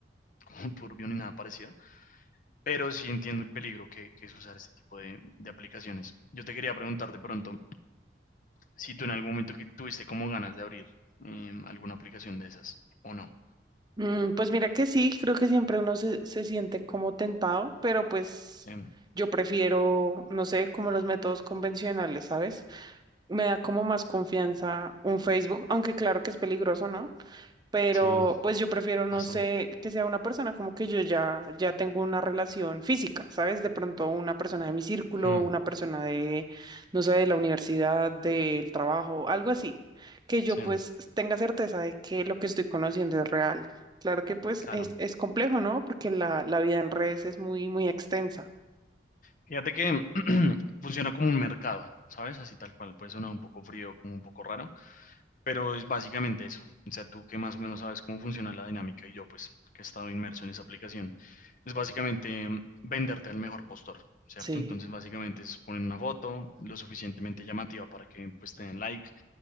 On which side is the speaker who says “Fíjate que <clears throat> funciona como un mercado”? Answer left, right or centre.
Left